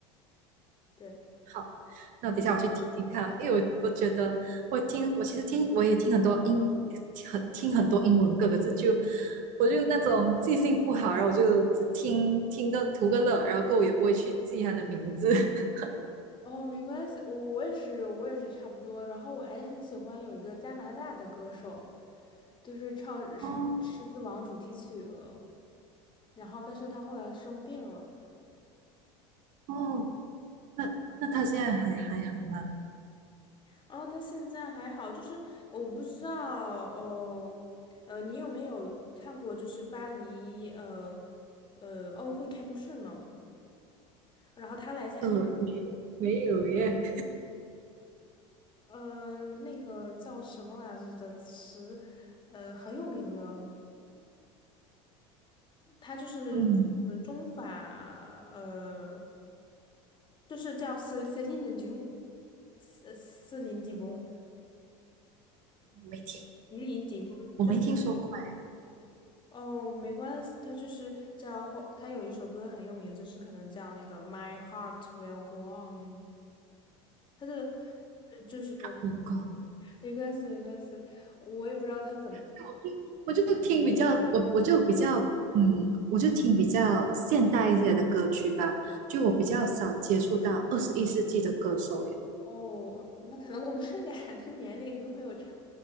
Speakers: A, on the left; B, on the right.
A: 对。
B: 好，那等一下我去听听看，因为我我觉得我听我其实听我也听很多英很听很多英文歌，可是就我就那种记性不好，然后我就只听听个图个乐，然后过后我也不会去记它的名字。<laughs>
A: 哦，没关系，我我也是，我也是差不多。然后我还很喜欢有一个加拿大的歌手，就是唱唱《狮子王》主题曲了。
B: 哦
A: 然后，但是他后来生病了。
B: 哦，那那他现在还还好吗？
A: 然后他现在还好，就是我不知道，哦，呃，你有没有看过就是巴黎呃呃奥运会开幕式呢？然后他来参加，
B: 呃，没没有耶，
A: 呃，那个叫什么来着的词，呃，很有名的。它就是呃中法
B: 嗯，
A: 呃，就是叫 Ce- Celine Dion，斯斯林迪翁，
B: 我没听，
A: 迪林迪翁就是
B: 我没听说过哎，
A: 哦，没关系，它就是叫或它有一首歌很有名，就是可能叫那个 My Heart Will Go On 那，它的呃就是
B: 有关。
A: 没关系没关系，我也不知道它怎么
B: 我就我就听比较，我我就比较，嗯，我就听比较现代一些的歌曲吧，就我比较少接触到二十一世纪的歌手耶。
A: 哦，那可能我们 <laughs> 俩的年龄会有差，